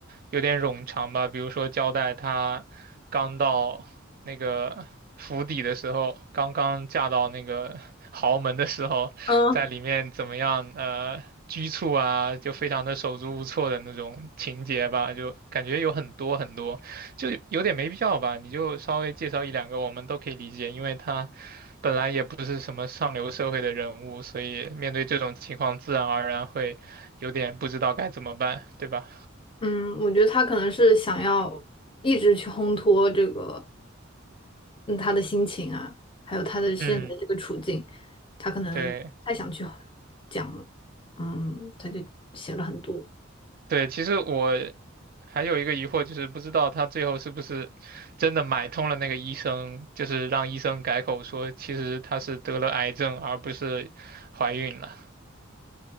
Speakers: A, on the right; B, on the left.
A: 有点冗长吧，比如说交代她刚到那个府邸的时候，刚刚嫁到那个 <laughs> 豪门的时候，
B: 嗯，
A: 在里面怎么样呃拘束啊，就非常的手足无措的那种情节吧，就感觉有很多很多，就有点没必要吧，你就稍微介绍一两个我们都可以理解，因为她本来也不是什么上流社会的人物，所以面对这种情况，自然而然会有点不知道该怎么办，对吧？
B: 嗯，我觉得他可能是想要一直去烘托这个，嗯，他的心情啊，还有他的现在这个处境，
A: 嗯，
B: 他可能太想去
A: 对
B: 讲了，嗯，他就写了很多。
A: 对，其实我还有一个疑惑，就是不知道他最后是不是真的买通了那个医生，就是让医生改口说，其实他是得了癌症，而不是怀孕了。